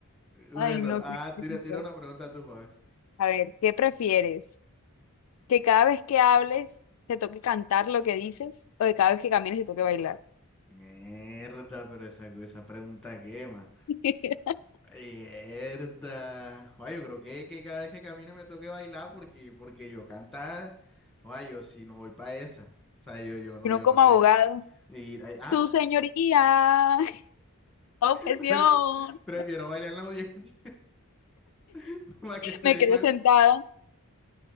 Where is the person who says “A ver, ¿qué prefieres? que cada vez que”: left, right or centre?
Left